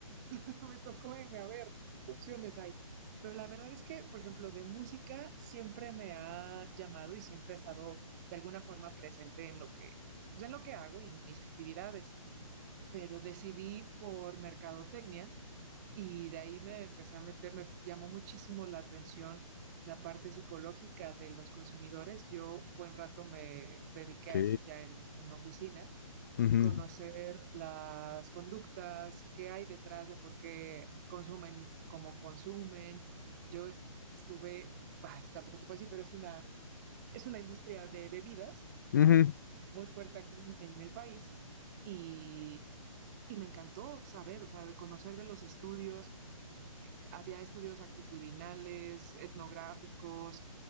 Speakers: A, on the right (about 30°); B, on the left (about 35°).
A: <laughs> me tocó irme a ver qué opciones hay. Pero la verdad es que, por ejemplo, de música siempre me ha llamado y siempre ha estado de alguna forma presente en lo que, pues en lo que hago y en mis actividades. Pero decidí por mercadotecnia y de ahí me empecé a meter, me llamó muchísimo la atención la parte psicológica de los consumidores. Yo buen rato me dediqué
B: Ok.
A: a eso ya en, en oficina
B: Ujú,
A: conocer las conductas, qué hay detrás de por qué consumen como consumen. Yo estuve, bah, esto tampoco te puedo decir, pero es una, es una industria de bebidas
B: ujú,
A: muy fuerte acá en, en el país y, y me encantó saber, o sea, de conocer de los estudios. Había estudios actitudinales, etnográficos